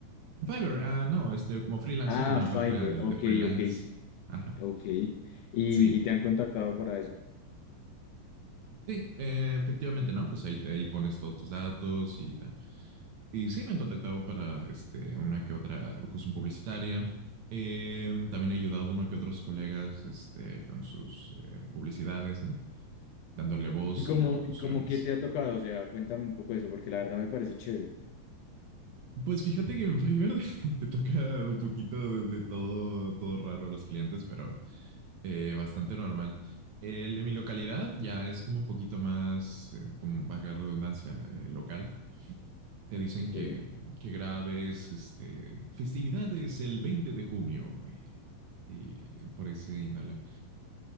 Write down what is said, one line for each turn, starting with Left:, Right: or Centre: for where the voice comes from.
Right: En Fiverr, ah, no, este, como freelancer
Left: Ah,
Right: en una
Left: Fiverr,
Right: página de,
Left: ok,
Right: de freelance.
Left: ok,
Right: Ajá.
Left: ok. Y, y
Right: Sí,
Left: te han contactado para eso.
Right: Sí, eh, efectivamente, ¿no? Pues ahí, ahí pones todos tus datos y tal. Y sí, me han contactado para este, una que otra locución publicitaria. Eh, también he ayudado a uno que otros colegas este, con sus eh, publicidades, ¿no? Dándole voz
Left: ¿Y cómo,
Right: y locuciones.
Left: y cómo qué te ha tocado? O sea, cuéntame un poco eso, porque la verdad me parece chévere.
Right: Pues fíjate que en Fiverr <laughs> te toca un poquito de, de todo, todo raro a los clientes, pero eh, bastante normal. El de mi localidad ya es como un poquito más, eh, como vaga redundancia, eh, local. te dicen
Left: Sí.
Right: que, que grabes este, festividades el 20 de junio y, y por ahí se inhala.